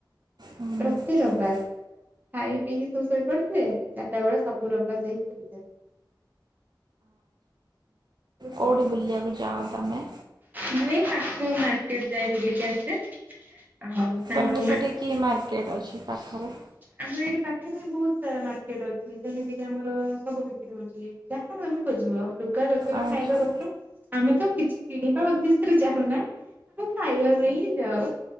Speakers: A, on the right (about 60°); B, on the right (about 25°).
A: ହୁଁ ଆଚ୍ଛା।
B: ପ୍ରତି ରବିବାର। ଖାଇ ପିଇକି ଶ ଶୋଇ ପଡିଥିବେ। ଚାରିଟା ବେଳେ ସବୁ ରବିବାର ଯାଇକି ବୁଲିକି ଆସିବେ। ବହୁତ ବଢିଆ
A: କୋଉଠି
B: ଲାଗେ।
A: ବୁଲିଆକୁ ଯାଏ ତମେ?
B: ମୁଁ ଏଇ ପାଖ ମାର୍କେଟ ଯାଏ ବୁଲିକି ଆସେ। ଆଉ ସାଙ୍ଗମାନେ
A: ତମର ସେଠି କି ମାର୍କେଟ ଅଛି ପାଖରେ?
B: ଆମର ଏଇଠି ପାଖରେ ବହୁତ ସାରା ମାର୍କେଟ ଅଛି। ଯେମିତି କିି ଆମର ସବୁ ବିକ୍ରି ହଉଛି ଯାହା ତମେ ଖୋଜିବ। ଲୁଗା କତୁରୁ
A: ଆଚ୍ଛା
B: ଖାଇବା କତୁରୁ। ଆମେ ତ କିଛି କିଣି <unintelligible> ଆମେ ଖାଇବା ପାଇଁ ଯାଉ।